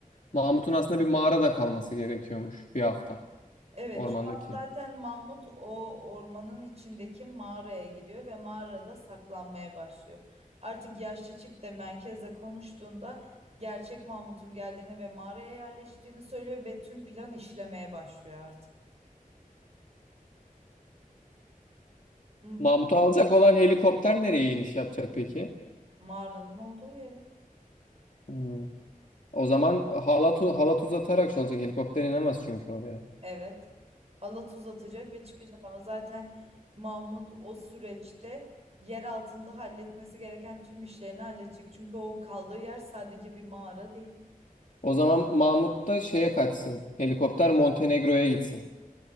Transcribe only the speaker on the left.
Mahmut'un aslında bir mağarada kalması gerekiyormuş bir hafta
ormandaki.
Mahmut'u alacak olan helikopter nereye iniş yapacak peki?
Hmm. O zaman halat, halat uzatarak şey olacak. Helikopter inemez çünkü oraya.
O zaman Mahmut da şeye kaçsın. Helikopter Montenegro'ya gitsin.